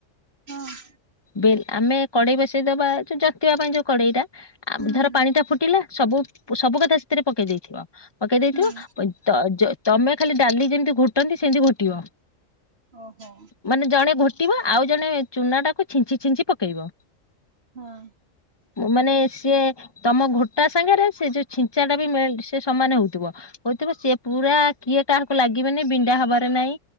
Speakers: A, on the right; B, on the left.
A: ହଁ
B: ବେଲେ ଆମେ କଡେଇ ବସେଇ ଦବା ଯୋଉ ଜତିବା ପାଇଁ ଯୋଉ କଡେଇଟା ଆମ
A: ହୁଁ
B: ଧର
A: ହୁଁ।
B: ପାଣି ଟା ଫୁଟିଲା ସବୁ ସବୁ କଥା ସେଥିରେ ପକେଇ ଦେଇଥିବ ପକେଇ ଦେଇଥିବ
A: ହୁଁ
B: କ ତ ଯ ତମେ ଖାଲି ଡାଲି ଯେମିତି ଘୁଟନ୍ତି ସେମିତି ଘୋଟିବ
A: ଓହୋ
B: ମାନେ ଜଣେ ଘୋଟିବ ଆଉ ଜଣେ ଚୁନା ଟାକୁ ଛିଞ୍ଚି ଛିଞ୍ଚି ପକେଇବ।
A: ହଁ
B: ମାନେ ସିଏ ତମ ଘୋଟା ସାଙ୍ଗରେ ସେ ଯୋଉ ଛିଞ୍ଚା ଟା ବି ମେଲ୍ଟ ସେ ସମାନ ହଉଥିବ। ହଉଥିବ ସିଏ ପୁରା କିଏ କାହାକୁ ଲାଗିବେନି ବିଣ୍ଡା ହବାର ନାଇଁ